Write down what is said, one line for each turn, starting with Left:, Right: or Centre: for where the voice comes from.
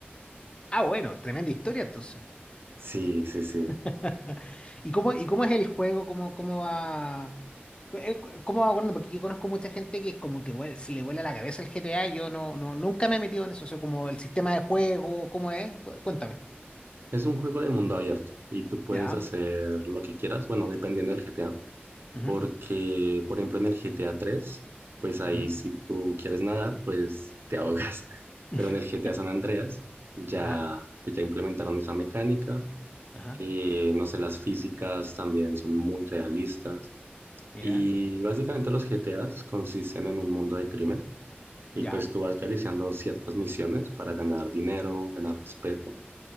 Left: ah, bueno, tremenda historia entonces.
Right: Sí, sí, sí.
Left: <laughs> ¿Y cómo, y cómo es el juego? ¿Cómo, cómo va? cu- eh, cu- ¿Cómo va bueno? Porque yo conozco mucha gente que es como que vuel- se le vuela la cabeza el GTA. y Yo no, no, nunca me he metido en eso. O sea, como el sistema de juego, ¿cómo es? Cu- Cuéntame.
Right: Es un juego de mundo abierto y tú puedes
Left: Ya.
Right: hacer lo que quieras, bueno, dependiendo del GTA,
Left: ujú,
Right: Porque, por ejemplo, en el GTA 3, pues ahí
Left: ujú.
Right: si tú quieres nadar, pues te ahogas. <laughs>
Left: <laughs>
Right: Pero en el GTA San Andreas ya,
Left: Ajá,
Right: pues ya implementaron esa mecánica.
Left: ajá,
Right: Eh, no sé, las físicas también son muy realistas.
Left: mira,
Right: Y básicamente los GTAs consisten en un mundo de crimen. Y
Left: ya,
Right: pues tú vas realizando ciertas misiones para ganar dinero, ganar respeto.